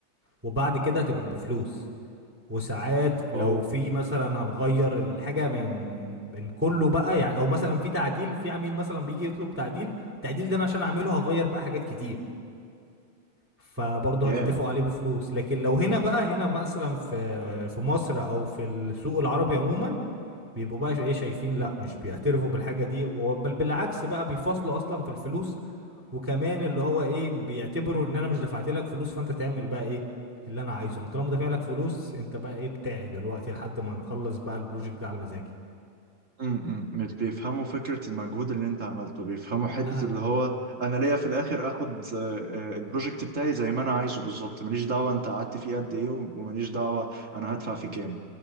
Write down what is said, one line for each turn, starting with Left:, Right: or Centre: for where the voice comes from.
Centre: وبعد كده هتبقى بفلوس وساعات لو
Right: اوه
Centre: في مثلا هنغير الحاجة من من كله بقى يعني او مثلا في تعديل في عميل مثلا بيجي يطلب تعديل التعديل ده انا عشان اعمله هغير بقى حاجات كتير فبرضه
Right: yeah.
Centre: هنتفقوا عليه بفلوس لكن لو هنا بقى هنا مثلا في في مصر او في السوق العربي عموما بيبقوا بقى ايه شايفين لا مش بيعترفوا بالحاجة دي و- بل بالعكس بقى بيفصلوا اصلا في الفلوس وكمان اللي هو ايه بيعتبروا ان انا مش دفعت لك فلوس فانت تعمل بقى ايه اللي انا عايزه انا طالما دافع لك فلوس انت بقى ايه بتاعي دلوقتي لحد ما نخلص بقى البروجكت ده على مزاجي
Right: امم مش بيفهموا فكرة المجهود اللي انت عملته بيفهموا حتة
Centre: لا لا
Right: اللي
Centre: لا.
Right: هو انا ليا في الاخر اخد آه، آه، البروجكت بتاعي زي ما انا عايزه بالظبط ماليش دعوة انت قعدت فيه قد ايه وماليش دعوة انا هدفع فيه كام